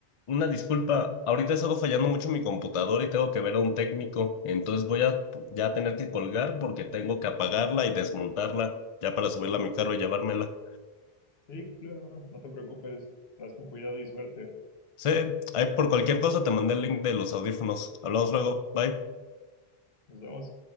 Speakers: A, on the left (about 45°); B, on the left (about 75°).
A: una disculpa, ahorita he estado fallando mucho mi computadora y tengo que ver a un técnico, entonces voy a ya tener que colgar porque tengo que apagarla y desmontarla ya para subirla a mi carro y llevármela.
B: Sí, claro, no te preocupes. Vas con cuidado y suerte.
A: Sí, ahí por cualquier cosa te mandé el link de los audífonos. Hablamos luego, bye.
B: Nos vemos.